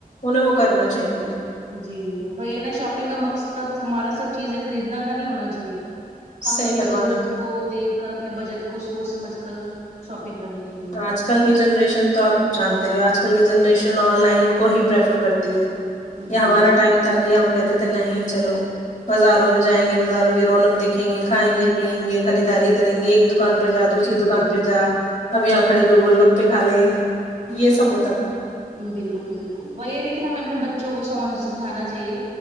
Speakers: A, on the left (about 55°); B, on the right (about 50°).
A: انہیں وہ کرنا چاہیے
B: جی بھی نا شاپنگ کا مقصد ہمارا سب چیزیں خریدنا کا نہیں ہونا چاہیے ہمیں
A: صحیح
B: اپنی
A: فرمانا
B: ضرورت کو دیکھ کر اپنے بجٹ کو سوچ سمجھ کر شاپنگ کرنی چاہیے
A: آج کل کی جنریشن تو آپ جانتے ہی ہو آج کل کی جنریشن آن لائن کو ہی پریفر کرتی ہے یہ
B: جی
A: ہمارا ٹائم تھا کہ ہم کہتے تھے نہیں چلو بازاروں میں جائیں گے بازاروں کی رونق دیکھیں گے کھائیں گے پیئیں گے خریداری کریں گے ایک دکان پہ جا دوسری
B: جی
A: دکان پہ جا اب یہاں کھڑے کو گول گپے کھا لے یہ سب ہوتا تھا
B: بالکل بالکل وہی ہے لیکن ہمیں اپنے بچوں کوم سمجھانا چاہیے